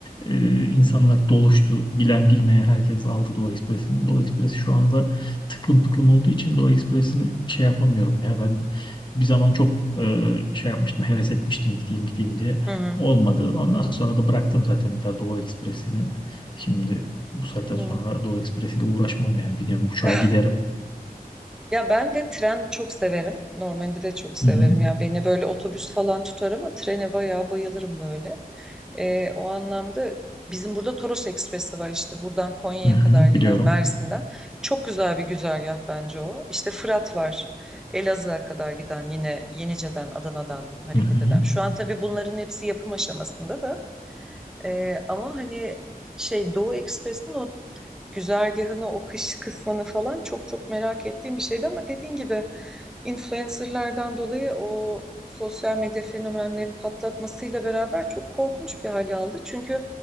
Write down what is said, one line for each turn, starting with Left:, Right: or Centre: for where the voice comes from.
Left: Ee, insanlar doluştu. Bilen bilmeyen herkes aldı Doğu Ekspres'ini. Doğu Ekspres'i şu anda tıklım tıklım olduğu için Doğu Ekspres'ini şey yapamıyorum ya ben de. Bir zaman çok e, şey yapmıştım, heves etmiştim gideyim gideyim diye.
Centre: Hı hı.
Left: Olmadı. Ondan sonra da bıraktım zaten bir daha Doğu Ekspres'ini. Şimdi bu saatten
Centre: Hı.
Left: sonra Doğu Ekspres'iyle uğraşmam yani. Binerim uçağa
Centre: <laughs>
Left: giderim.
Centre: Ya ben de tren çok severim. Normalde de çok severim.
Left: Hı hı.
Centre: Ya beni böyle otobüs falan tutar ama trene bayağı bayılırım böyle. Ee, o anlamda bizim burada Toros Ekspresi var işte. Buradan Konya'ya
Left: Hı hı,
Centre: kadar giden
Left: biliyorum.
Centre: Mersin'den. Çok güzel bir güzergah bence o. İşte Fırat var. Elazığ'a kadar giden yine Yenice'den, Adana'dan hareket
Left: Hı hı.
Centre: eden. Şu an tabii bunların hepsi yapım aşamasında da. Ee, ama hani şey Doğu Ekspresi'nin o güzergahını, o kış kısmını falan çok çok merak ettiğim bir şeydi ama dediğin gibi influencerlardan dolayı o sosyal medya fenomenlerin patlatmasıyla beraber çok korkunç bir hale aldı. Çünkü